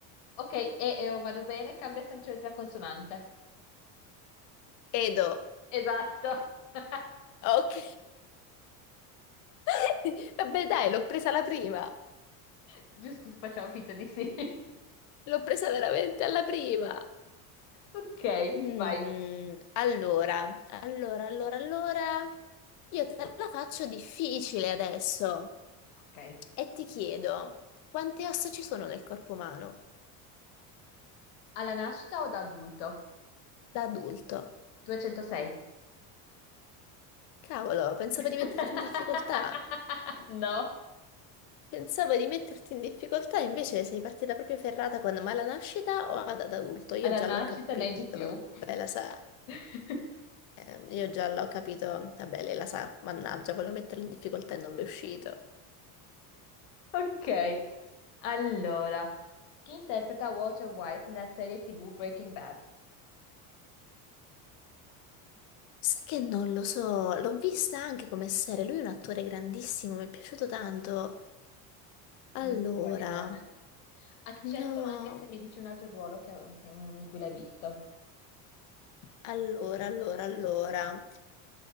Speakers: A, on the left; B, on the left.
A: Ok, E e O vanno bene, cambia semplicemente la consonante.
B: Edo.
A: Esatto. <laughs>
B: Ok, <laughs> vabbè dai, l'ho presa alla prima.
A: Giusto, facciamo finta di sì. <laughs>
B: L'ho presa veramente alla prima.
A: Ok,
B: Mm,
A: vai.
B: allora, allora, allora, allora. Io te la faccio difficile adesso
A: Ok.
B: e ti chiedo, quante ossa ci sono nel corpo umano
A: Alla nascita o da adulto?
B: da adulto?
A: 206.
B: Cavolo, pensavo
A: <laughs>
B: di metterti in difficoltà.
A: No,
B: Pensavo di metterti in difficoltà, invece sei partita proprio ferrata quando ma alla nascita o ad ad adulto? Io
A: alla
B: già
A: nascita
B: l'ho capito,
A: ne hai di più.
B: vabbè, la sa.
A: <laughs>
B: Eh, io già l'ho capito, vabbè, lei la sa, mannaggia, volevo metterla in difficoltà e non mi è uscito.
A: Ok, allora, chi interpreta Walter White nella serie TV Breaking Bad?
B: Sai che non lo so, l'ho vista anche come serie, lui è un attore grandissimo, mi è piaciuto tanto. Allora,
A: Non ti ricordi il nome? Accetto
B: no,
A: anche se mi dici un altro ruolo che- che- mm, in cui l'hai visto.
B: allora, allora, allora.